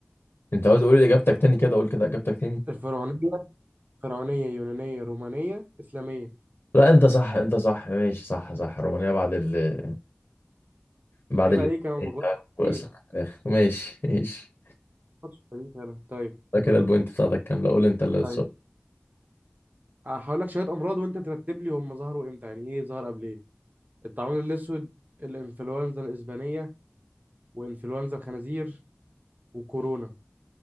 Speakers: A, on the left; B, on the right.
A: أنت قلت قول إجابتك تاني كده قول كده إجابتك تاني
B: الفرعونية فرعونية يونانية رومانية إسلامية
A: لا انت صح انت صح ماشي صح صح رومانيا بعد ال بعد
B: عيب
A: ال
B: عليك أنا ما بغلطش
A: والاسلام
B: كتير ما
A: في الاخر ماشي ماشي
B: بغلطش في التاريخ أنا طيب
A: ده كده البوينت بتاعتك كامله قول انت اللي السؤال
B: طيب هقول لك شوية أمراض وأنت ترتب لي هم ظهروا إمتى يعني إيه ظهر قبل إيه؟ الطاعون الأسود الإنفلونزا الإسبانية وإنفلونزا الخنازير وكورونا